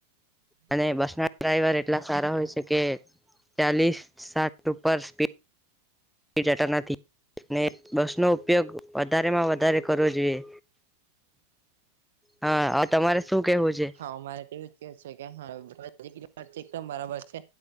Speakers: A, in the centre; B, on the right.
A: અને બસના ડ્રાઈવર એટલા સારા હોય છે, કે ચાલીસ સાઠ ઉપર સ્પી થી જતા નથી. ને બસનો ઉપયોગ વધારેમાં વધારે કરવો જોઈએ હા અ તમારે શું કેવું છે
B: હા અમારે તો એવું જ કે છે <unintelligible> બરાબર છે,